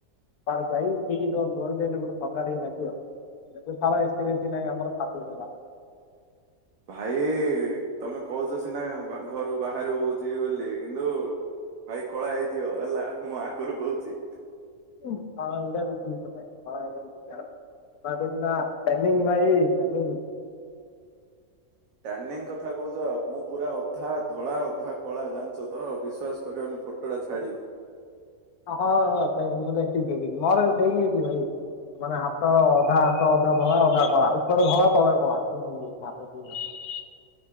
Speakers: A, on the left (about 70°); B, on the right (about 60°).
A: କୁଆଡେ ଯାଇ କିଛି ସମୟ ରହିଲେ ହେଲେ <unintelligible> ଥଣ୍ଡା ଟିକେ ଲାଗିବ। <unintelligible> ଏ ସି ଫେ ସି ନାହିଁ ଆମର <unintelligible>
B: ଭାଇ ତମେ କହୁଛ ସିନା ବା ଘରୁ ବାହାରୁ ଯିବି ବୋଲି କିନ୍ତୁ। ଭାଇ କଳା ହେଇଯିବ ହେଲା ମୁଁ ଆଗରୁ କହୁଛି।
A: <unintelligible> କଳା ହେଇଗଲେ <unintelligible> <inaudible> ଟ୍ୟାନିଙ୍ଗ ଭାଇ ଟ୍ୟାନିଙ୍ଗ।
B: ଟ୍ୟାନିଙ୍ଗ କଥା କହୁଚ ମୁଁ ପୁରା ଅଧା ଧଳା, ଅଧା କଳା ଜାଣିଛ ତ ବିଶ୍ଵାସ କରିବନି ଫ ଟ ଟା ଛାଡି
A: ଅ ହ <unintelligible> ମୁଁ ଦେଖିଛି ଦେଖିଛିି ମୋର ବି ସେମ <unintelligible> ଭାଇ। ମାନେ ହାତର ଅଧା ହାତ ଅଧା ଧଳା, ଅଧା କଳା ଉପର ଧଳା, ତଳେ କଳା ଉଁ ଉଁ ମୋ ହାତ <unintelligible>